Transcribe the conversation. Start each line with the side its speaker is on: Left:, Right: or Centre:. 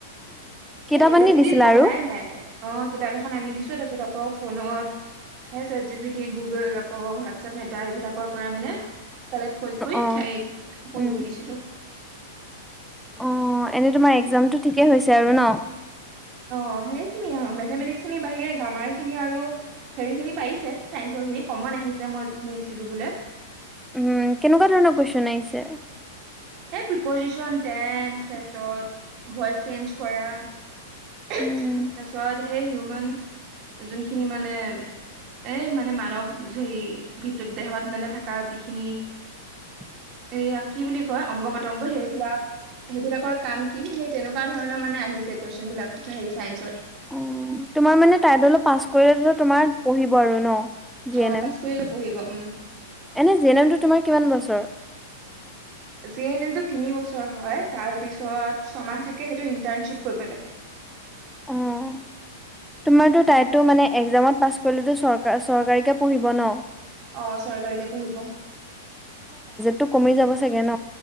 Centre: কিতাপ
Right: এ
Centre: আনি
Right: বেছি
Centre: দিছিলা
Right: দিন পঢ়াই
Centre: আৰু
Right: নাই তাই অ'। কিতাপ এখন আনি দিছো তাৰ পিছত আকৌ ফোনত চাত জিপিটি গুগোল আকৌ হুৱাট চপ মেতাৰ বিলাকৰ পৰা মানে কালেক্ট কৰি কৰি
Centre: অ
Right: তাইক পঢ়িব
Centre: উম
Right: দিছিলো।
Centre: অ' এনেই তোমাৰ একজামতটো ঠিকেই হৈছে আৰু ন
Right: অ' সেই খিনিয়েই আউ মেথমেটিকছ খিনিৰ বাহিৰে গ্ৰামাৰ খিনি আৰু হেৰি খিনি পাৰিছে চাইনসৰ খিনি কমন আহিছে মই যিসিনি দিছিলো বোলে।
Centre: উম, কেনেকুৱা ধৰণৰ কুৱেশন আহিছে।
Right: এই প্ৰিপজিচন, টেন্চ তাৰপিছত ভইচ চেঞ্জ কৰা তাৰপিছত
Centre: উম
Right: সেই হিউমেন যোনখিনি মানে। এ মানে মানৱ হেই ভিত দেহত মানে থকা যিখিনিড়্য
Centre: <unintelligible>
Right: এইয়া কি বুলি কয় অংগ, পতংগ সেইবিলাক সেইবিলাকৰ কাম কি সেই তেনেকুৱা ধৰণৰ মানে আহিছে। কুৱেছন বিলাক সেই চাইন্সত
Centre: অ' তোমাৰ মানে তাইত অলপ পাছ কৰিলে তোমাৰ পঢ়িব আৰু ন জি
Right: অ'
Centre: এন এম
Right: পাছ কৰিলে পঢ়িব উম।
Centre: এনে জি এন এমটো তোমাৰ কিমান বছৰ।
Right: জি এন এমটো তিনি বছৰ হয় তাৰ পিছত ছমাহ থাকে কে সেইটো ইন্টাৰ্নচিপ কৰিব লাগে।
Centre: অ' তোমাৰটো তাইটো
Right: হে
Centre: মানে একজাম ত পাছ কৰিলে টো চৰ চৰকাৰীকে পঢ়িব ন
Right: অ' চৰকাৰীকে পঢ়িব।
Centre: টো কমি যাব চাগে ন।